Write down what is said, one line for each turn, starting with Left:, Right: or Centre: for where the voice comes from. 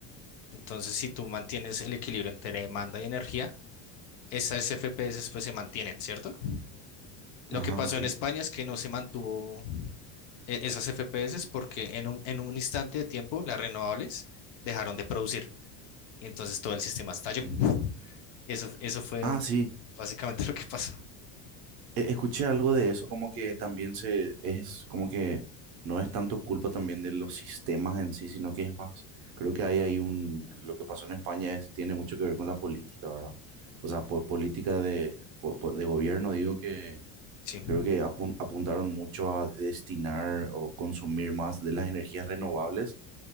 Left: Entonces, si tú mantienes el equilibrio entre demanda y energía, esas FPS pues se mantienen, ¿cierto?
Right: Ajá,
Left: Lo que pasó
Right: ok.
Left: en España es que no se mantuvo e- esas FPS porque en un, en un instante de tiempo las renovables dejaron de producir y entonces todo el sistema estalló.
Right: Ujú.
Left: Y eso, eso fue
Right: Ah, sí.
Left: básicamente <laughs> lo que pasó.
Right: E- Escuché algo de eso, como que también se es como que no es tanto culpa también de los sistemas en sí, sino que es más, creo que hay ahí un, lo que pasó en España es, tiene mucho que ver con la política, ¿verdad? O sea, po- política de, po- po- de gobierno, digo que
Left: Sí,
Right: creo que apun- apuntaron mucho a destinar o consumir más de las energías renovables